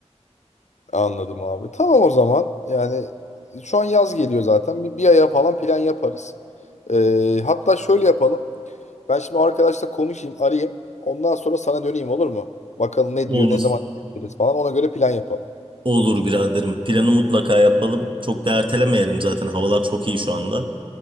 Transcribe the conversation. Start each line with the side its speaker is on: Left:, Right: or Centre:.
Left: anladım abi. Tamam o zaman. Yani şu an yaz geliyor zaten. Bir, bir aya falan plan yaparız. Ee, hatta şöyle yapalım. Ben şimdi o arkadaşla konuşayım, arayayım. Ondan sonra sana döneyim olur mu? Bakalım ne
Right: Olur.
Left: diyor, ne zaman gideriz falan. Ona göre plan yapalım.
Right: Olur biraderim. Planı mutlaka yapalım. Çok da ertelemeyelim zaten. Havalar çok iyi şu anda.